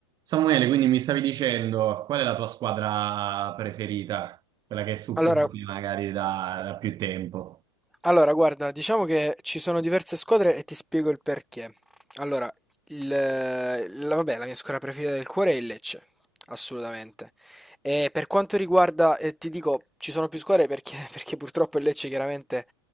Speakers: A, on the right (about 30°); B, in the centre.
A: Samuele, quindi mi stavi dicendo qual è la tua squadra preferita? Quella che supporti
B: Allora,
A: magari da, da più tempo.
B: allora, guarda, diciamo che ci sono diverse squadre e ti spiego il perché. Allora, il, la, vabbè, la mia squadra preferita del cuore è il Lecce, assolutamente. E per quanto riguarda, eh, ti dico, ci sono più squadre perché, <laughs> perché purtroppo il Lecce chiaramente